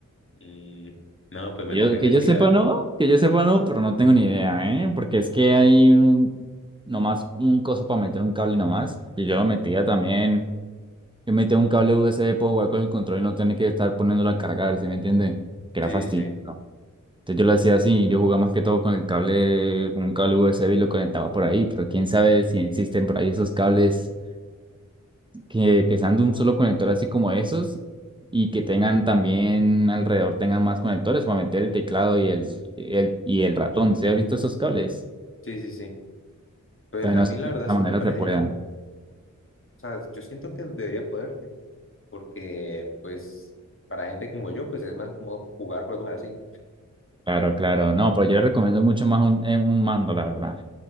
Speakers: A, on the left (about 40°); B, on the right (about 15°).
A: Mm, no, pues me
B: Que
A: toca
B: Yo,
A: investigar.
B: que yo sepa no, que yo sepa no, pero no tengo ni idea, ¿eh? Porque es que hay un, nomás un coso para meter un cable nomás y yo lo metía también. Yo metía un cable USB para jugar con el control y no tener que estar poniéndolo a cargar, ¿sí me entiende? Que
A: Sí,
B: era fastidioso.
A: sí, sí.
B: Entonces yo lo hacía así, yo jugaba más que todo con el cable, con un cable USB y lo conectaba por ahí, pero quién sabe si existen por ahí esos cables que, que sean de un solo conector así como esos y que tengan también alrededor, tengan más conectores para meter el teclado y el, el- y el ratón. ¿Se ha visto esos cables?
A: Sí, sí, sí. Pues
B: Entonces
A: a
B: no
A: mí
B: sé
A: la
B: si
A: verdad
B: de esa
A: eso
B: manera
A: me parece,
B: se puedan.
A: o sea, yo siento que debería poderse, porque pues para gente como yo, pues es más cómodo jugar juegos así.
B: Claro, claro, no, pero yo le recomiendo mucho más un, eh, un mando, la verdad.